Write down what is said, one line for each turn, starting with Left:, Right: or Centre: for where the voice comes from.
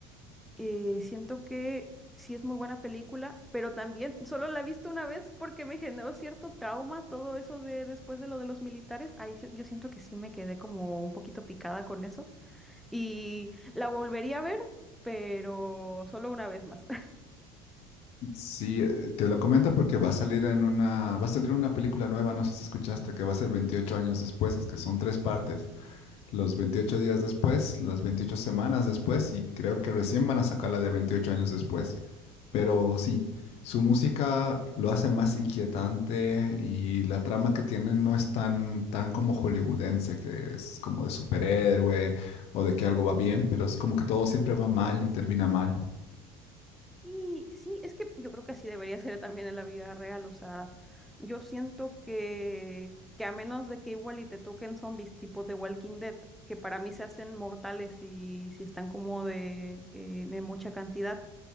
Centre: eh, siento que sí es muy buena película, pero también solo la he visto una vez porque me generó cierto trauma todo eso de después de lo de los militares. Ahí sí- yo siento que sí me quedé como un poquito picada con eso y la volvería a ver, pero solo una vez más.
Left: Sí, eh, te lo comento porque va a salir en una, va a salir una película nueva, no sé si escuchaste, que va a ser 28 años después, es que son tres partes, los 28 días después, las 28 semanas después y creo que recién van a sacar la de 28 años después. Pero sí, su música lo hace más inquietante y la trama que tiene no es tan, tan como hollywoodense, que es como de superhéroe o de que algo va bien, pero es como que todo siempre va mal y termina mal.
Centre: Y sí, es que yo creo que así debería ser también en la vida real. O sea, yo siento que, que a menos de que igual y te toquen zombies tipo de Walking Dead, que para mí se hacen mortales y si están como de, eh, de mucha cantidad,